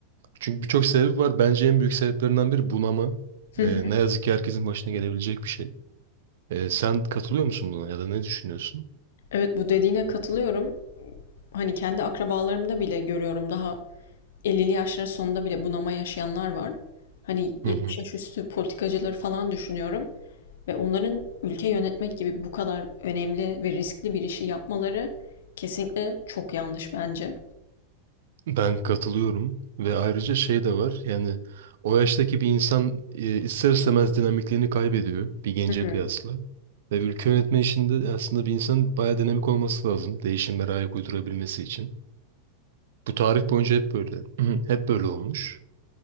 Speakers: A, on the right; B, on the left.
A: Çünkü birçok sebebi var. Bence en büyük sebeplerinden biri bunama.
B: <laughs> Hı
A: Ee,
B: hı.
A: ne yazık ki herkesin başına gelebilecek bir şey. Ee, sen katılıyor musun buna ya da ne düşünüyorsun?
B: Evet bu dediğine katılıyorum. Hani kendi akrabalarımda bile görüyorum daha 50'li yaşların sonunda bile bunama yaşayanlar var. Hani 70
A: Hı hı.
B: yaş üstü politikacıları falan düşünüyorum ve onların ülke yönetmek gibi bu kadar önemli ve riskli bir işi yapmaları kesinlikle çok yanlış bence.
A: Ben katılıyorum ve ayrıca şey de var. Yani o yaştaki bir insan e, ister istemez dinamikliğini kaybediyor bir gence
B: Hı hı.
A: kıyasla. Ve ülke yönetme işinde aslında bir insanın bayağı dinamik olması lazım. Değişimlere ayak uydurabilmesi için. Bu tarih boyunca hep böyle. Hı hı. Hep böyle olmuş.